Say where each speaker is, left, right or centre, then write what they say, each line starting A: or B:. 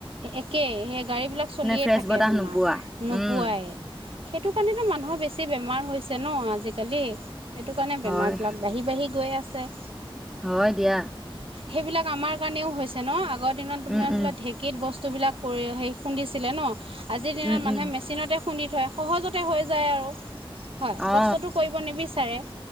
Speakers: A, on the right (about 70°); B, in the centre.
A: এ-একে সেই গাড়ী বিলাক চলিয়ে
B: ফ্ৰেছ
A: থাকে
B: বতাহ
A: তোমাৰ
B: নোপোৱা
A: নোপোৱাই
B: উম
A: সেইটো কাৰণেতো মানুহৰ বেছি বেমাৰ হৈছ ছে ন আজিকালি <inaudible> সেইটো কাৰণে
B: হয়
A: বেমাৰ বিলাক বাঢ়ি বাঢ়ি গৈছে চেচ
B: হয় দিয়া
A: সেইবিলাক আমাৰ কাৰণেও হৈছে ন আগ দিনত তোমাৰ
B: উম উম
A: বস্তু বিলাক কৰি হে খুন্দিছিলে ন আজিৰ দিনত
B: উম
A: মানুহে
B: উম
A: মেচিনতে- খুন্দি থয় সহজতে হৈ যায় আৰু। হয়
B: অ
A: কষ্টতটো কৰিব নিবিচাৰে